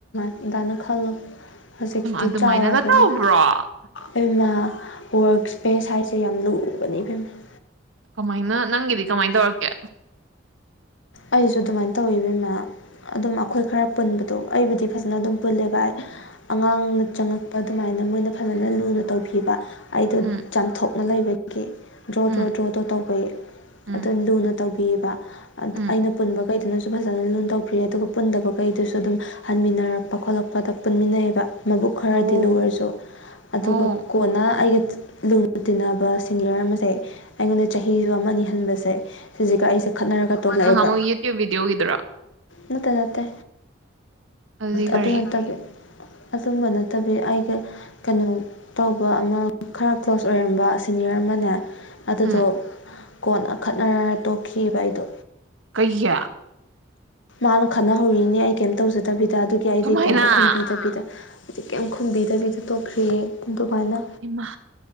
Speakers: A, on the left (about 75°); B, on the right (about 80°).
A: ꯑꯗꯥꯏꯅ ꯈꯜꯂꯨ ꯍꯧꯖꯤꯛꯇꯤ
B: ꯑꯗꯨꯃꯥꯏꯅꯒ
A: ꯆꯥꯎꯔꯔꯕꯅꯤ
B: ꯇꯧꯕ꯭ꯔꯣ
A: ꯍꯩꯃꯥ ꯋꯥꯔꯛ ꯏꯁꯄꯦꯁ ꯍꯥꯏꯁꯦ ꯌꯥꯝ ꯂꯨꯕꯅꯤ ꯏꯕ‌ꯦꯝꯃꯥ
B: ꯀꯃꯥꯏꯅ ꯅꯪꯒꯤꯗꯤ ꯀꯃꯥꯏꯅ ꯇꯧꯔꯛꯀꯦ
A: ꯑꯩꯁꯨ ꯑꯗꯨꯃꯥꯏꯅ ꯇꯧꯕ ꯏꯃ ꯑꯗꯨꯝ ꯑꯩꯈꯣꯏ ꯈꯔ ꯄꯨꯟꯕꯗꯣ ꯑꯩꯕꯨꯗꯤ ꯐꯖꯅ ꯑꯗꯨꯝ ꯄꯨꯜꯂꯦꯕ ꯑꯉꯥꯡꯅ ꯆꯪꯉꯛꯄ ꯑꯗꯨꯃꯥꯏꯅ ꯑꯗꯨ ꯃꯣꯏꯅ ꯐꯖꯅ ꯂꯨꯅ ꯇꯧꯕꯤꯕ ꯑꯩꯗꯣ
B: ꯎꯝ
A: ꯆꯥꯝꯊꯣꯛꯅ ꯂꯩꯕꯒꯤ ꯗ꯭ꯔꯣ
B: ꯎꯝ
A: ꯗ꯭ꯔꯣ ꯗ꯭ꯔꯣ ꯗ꯭ꯔꯣ ꯇꯧꯕꯒꯤ
B: ꯎꯝ
A: ꯑꯗꯨꯝ ꯂꯨꯅ ꯇꯧꯕ ꯄꯤꯕ
B: ꯎꯝ
A: ꯑꯩꯅ ꯄꯨꯟꯕꯈꯩꯗꯨꯅꯁꯨ ꯁꯨ ꯐꯖꯅ ꯂꯨꯣꯟ ꯇꯧꯕꯤꯔꯦ ꯑꯗꯨꯒ ꯄꯨꯟꯗꯕ ꯀꯩꯗꯨꯁꯨ ꯑꯗꯨꯝ ꯍꯟꯃꯤꯟꯅꯔꯛꯄ ꯈꯣꯠꯂꯛꯄꯗ ꯄꯨꯟꯃꯤꯟꯅꯩꯑꯕ ꯃꯕꯨꯛ ꯈꯔꯗꯤ
B: ꯑꯣ
A: ꯂꯔꯁꯨ ꯑꯗꯨꯒ
B: ꯑꯣ
A: ꯀꯣꯟꯅ ꯑꯩꯒ ꯂꯨꯅ ꯇꯤꯟꯅꯕ ꯁꯤꯅꯤꯌꯔ ꯑꯃꯁꯦ ꯑꯩꯉꯣꯟꯗ ꯆꯍꯤꯁꯨ ꯑꯃꯅꯤ ꯑꯅꯤ ꯍꯟꯕꯁꯦ ꯁꯤꯁꯤꯒ ꯑꯩꯁꯦ ꯈꯠꯅꯔꯒ ꯇꯣꯛꯂꯛꯑꯦꯕ
B: ꯃ ꯌꯨꯇ꯭ꯨꯕ ꯕꯤꯗꯤꯑꯣꯒꯗ꯭ꯔꯥ
A: ꯅꯠꯇꯦ ꯅꯠꯇꯦ
B: ꯑꯗꯨꯗꯤ ꯀꯔꯤ
A: ꯑꯗꯨ ꯅꯠꯇꯕꯤ ꯑꯗꯨꯝꯕ ꯅꯠꯇꯕꯤ ꯑꯩꯒ ꯀꯩꯅꯣ ꯇꯧꯕ ꯑꯃ ꯈꯔ ꯀ꯭ꯂꯣꯁ ꯑꯣꯏꯔꯝꯕ ꯑꯁꯤ ꯅꯤꯌꯔ ꯑꯃꯅꯦ ꯑꯗꯨꯗꯣ
B: ꯎꯝ
A: ꯀꯣꯟꯅ ꯈꯠꯅꯔꯒ ꯇꯣꯛꯈꯤꯕꯑꯈꯤꯕ ꯑꯩꯗꯣ
B: ꯀꯩꯒꯤ
A: ꯃꯥꯅ ꯈꯅꯍꯧꯔꯤꯅꯦ ꯑꯩ ꯀꯩꯝ ꯇꯧꯖꯗꯕꯤꯗ ꯑꯗꯨ ꯗ ꯑꯗꯨꯒꯤ ꯑꯩꯗꯤ
B: ꯀꯃꯥꯏꯅ
A: ꯀꯩꯝꯇ ꯈꯨꯝꯕꯤꯗꯕꯤꯗ ꯍꯥꯏꯗꯤ ꯀꯩꯝ ꯈꯨꯝꯕꯤꯗꯕꯤꯗ ꯇꯣꯛꯈ꯭ꯔꯤꯌꯦ ꯑꯗꯨꯃꯥꯏꯅ
B: ꯏꯃꯥ